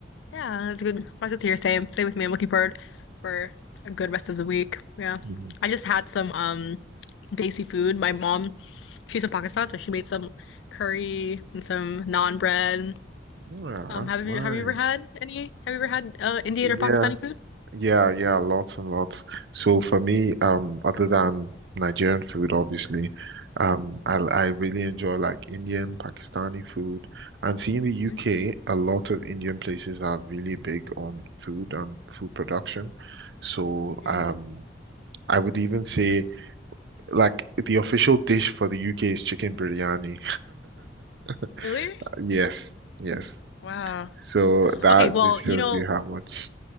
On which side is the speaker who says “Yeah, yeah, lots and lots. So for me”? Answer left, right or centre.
Right